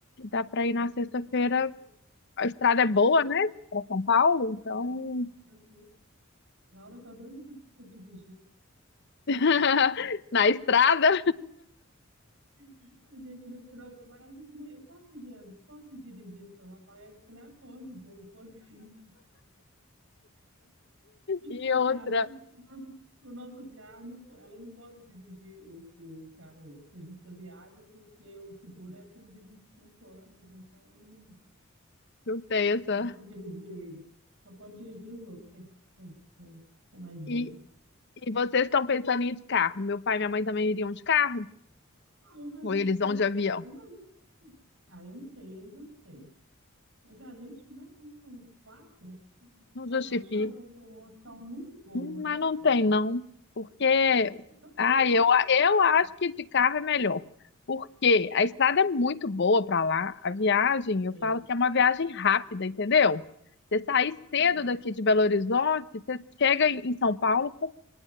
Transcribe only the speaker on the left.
dá para
ir na
sexta-feira.
A estrada é boa, né? Para São Paulo, então
<laughs>
na estrada
e
outra,
não tem essa.
E, e vocês estão pensando em ir de carro? Meu pai e minha mãe também iriam de carro?
Ou eles
vão
de
avião?
Não
justifica.
Hum, Mas
não tem, não. Porque,
ah,
eu,
eu acho que de carro é melhor. Porque a estrada é muito boa para lá. A viagem,
eu falo que é uma viagem rápida, entendeu? Você sair
cedo
daqui de Belo Horizonte, você chega em em São Paulo com